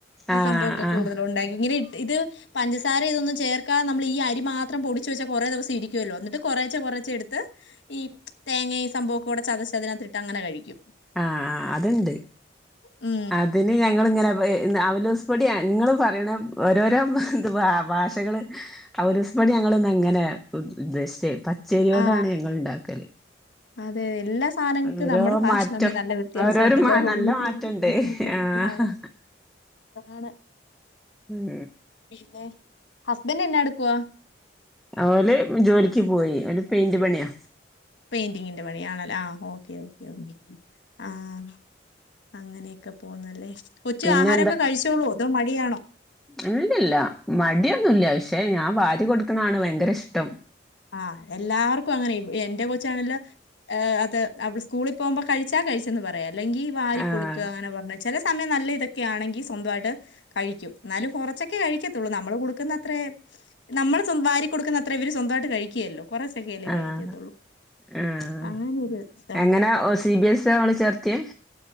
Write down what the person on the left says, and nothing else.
ഈ
സംഭവൊക്കെ
കൂടുതലും ഉണ്ടാക്കി ഇങ്ങനെ ഇ ഇത് പഞ്ചസാര ഇതൊന്നും ചേർക്കാതെ നമ്മള് ഈ അരി മാത്രം പൊടിച്ച് വെച്ചാ കുറെ ദെവസരിക്കല്ലോ എന്നിട്ട് കുറേച്ചെ കുറ ച്ചെടുത്ത് ഈ തേങ്ങ ഈ സംഭവ കൂടെ ചതച്ചതിനകത്തിട്ട് അങ്ങനെ കഴിക്കും
ഉം
ആ
അതെ എല്ലാ സാനങ്ങൾക്ക്
നമ്മടെ ഫാഷ
തമ്മിൽ നല്ല വ്യത്യാസുണ്ടല്ലേ
പൊതുവിൽ
ആണ്
പിന്നെ ഹസ്ബൻഡ് എന്ന എടുക്കുവ
പെയിന്റിങ്ങിന്റെ പണിയാണല്ലേ ആഹ് ഓക്കെ ഓക്കെ ഓക്കെ ആഹ് അങ്ങനെയൊക്കെ പോന്നല്ലേ കൊച്ച്
ആഹാരൊക്കെ കഴിച്ചോളോ അതോ മടിയാണോ
ആഹ് എല്ലാവർക്കും അങ്ങനെയ് എന്റെ കൊച്ചാണെല്ലോ അത് അവള് സ്കൂളിൽ പോകുമ്പോ കഴി ച്ച കഴിച്ചെന്ന് പറയാം അല്ലെങ്കിൽ വാരി
കൊടുക്ക അങ്ങനെ പറഞ്ഞ ചെല സമയം നല്ല ഇതൊക്കെ ആണെങ്കിൽ സ്വന്തമായിട്ട് കഴിക്കും എന്നാലും കൊറച്ചൊക്കെ കഴിക്ക ത്തോള് നമ്മള് കൊടുക്കുന്ന അത്രേം നമ്മള് വാരി കൊടുക്കുന്ന അത്രേ ഇവര് സ്വന്തായിട്ട് കഴിക്കേലല്ലോ കൊറച്ചേക്കേല്ലെ കഴിക്കത്തൊള്ളൂ
അങ്ങനൊരു ഇതുണ്ട്